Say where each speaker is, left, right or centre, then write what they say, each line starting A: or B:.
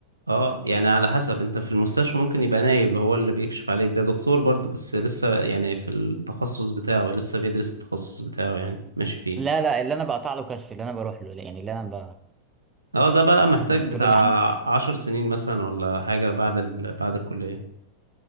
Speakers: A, on the right; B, on the right.
A: اه يعني على حسب انت في المستشفى ممكن يبقى نايب هو اللي بيكشف عليك ده دكتور برضو بس لسه يعني في التخصص بتاعه لسه بيدرس التخصص بتاعه يعني ماشي فيه
B: لا لا اللي انا بقطع له كشف اللي انا بروح له يعني اللي انا ب...
A: اه ده بقى محتاج
B: الدكتور
A: بتاع
B: اللي عندي
A: عشر سنين مثلا ولا حاجة بعد ال... بعد الكلية